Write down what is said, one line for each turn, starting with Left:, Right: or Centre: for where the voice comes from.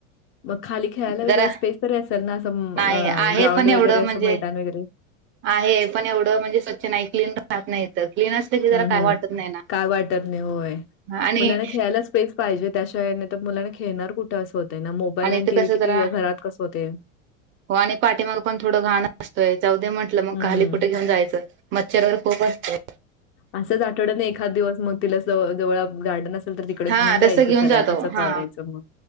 Left: मग खाली खेळायला
Right: जरा
Left: वगैरे स्पेस तरी असेल ना असं
Right: नाही आहे
Left: ग्राउंड
Right: पण एवढं
Left: वगैरे असं
Right: म्हणजे
Left: मैदान वगैरे.
Right: आहे पण एवढं म्हणजे स्वच्छ नाही क्लीन राहत नाही. तर क्लीन की जरा
Left: हम्म
Right: काय
Left: हम्म
Right: वाटत नाही ना
Left: काय वाटत नाही होय,
Right: आणि
Left: मुलांना खेळायलाच स्पेस पाहिजे त्याशिवाय नाहीतर मुलांना खेळणार कुठं असं होतंय ना, मोबाईल आणि
Right: इथं
Left: टीव्ही
Right: कसं
Left: किती
Right: जरा
Left: घरात कसं होतय
Right: हो आणि पाठीमाग पण थोडं घाण असतंय, जाऊदे म्हटलं मग
Left: हं.
Right: खाली कुठे घेऊन जायचं. मच्छर वगैरे खूप असतंय.
Left: असंच आठवड्यातन एखादं दिवस मग तिला असं जवळ गार्डन असेल तर तिकडे
Right: हा
Left: घेऊन जायच
Right: तसं घेऊन
Left: सरळ
Right: जातो
Left: तसं
Right: हा
Left: करायचं मग,